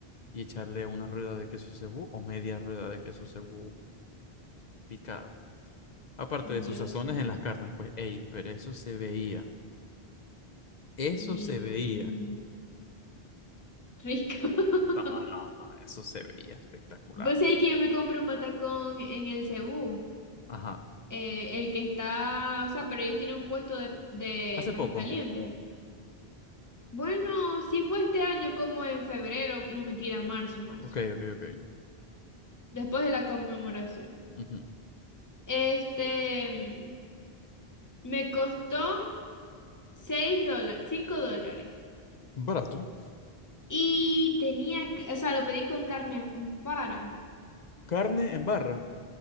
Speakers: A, on the left; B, on the left.
A: y echarle una rueda de queso cebú o media rueda de queso cebú picada. Aparte de
B: Dios
A: sus sazones
B: mío.
A: en las carnes, pues, ey, pero eso se veía. Eso
B: Me
A: se
B: imagino.
A: veía.
B: Rico. <laughs>
A: No, no, no, eso se veía espectacular.
B: Vos sabés
A: o sea,
B: que yo me compré un patacón en el Cebú.
A: Ajá.
B: eh, el que está, o sea, pero ellos tienen un puesto de, de
A: Hace
B: perros
A: poco.
B: calientes. Bueno, sí fue este año como en febrero, no mentira, marzo, marzo,
A: Ok, ok, ok.
B: después de la conmemoración.
A: Ujú.
B: Este, mm, me costó 6 dólares, 5 dólares.
A: Barato.
B: Y tenía, c- o sea, lo pedí con carne en vara.
A: Carne en barra.